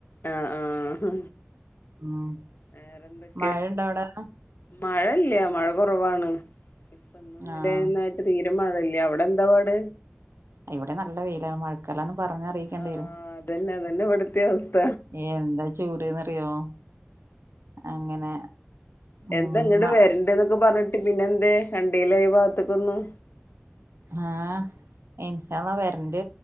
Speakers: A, on the left (about 55°); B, on the right (about 85°).
A: ആഹ് ആഹ്
B: ഉം
A: വേറെന്തൊക്കെ
B: മഴയുണ്ടോ അവിടെ
A: മഴല്ല മഴ കുറവാണ് <unintelligible>
B: ആഹ്
A: തീരുമഴല്ല അവിടെ എന്താ പാട്
B: ഇവിടെ നല്ല വെയിലാണ് മഴ ക്കാലാന്ന് പറഞ്ഞ് അറിയിക്കേണ്ടി
A: ആഹ്
B: വരും
A: അതന്നെ അതന്നെ ഇവിടുത്തെ അവസ്ഥ
B: ഏഹ് എന്താ ചൂട്ന്നറിയോ അങ്ങനെ ഉം
A: എന്താ ഇങ്ങോട്ട് വരണ്ട് എന്നൊക്കെ പറഞ്ഞിട്ട് പിന്നെ എന്തേ കണ്ടീലായി ഭാഗത്തെക്കൊന്നും
B: ആഹ് ഇൻഷള്ളാ വരണ്ട്